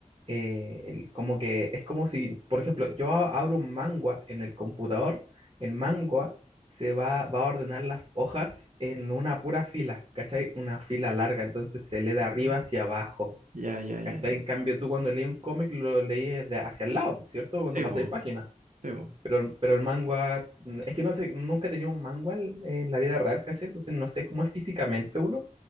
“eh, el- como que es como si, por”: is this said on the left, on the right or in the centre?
Right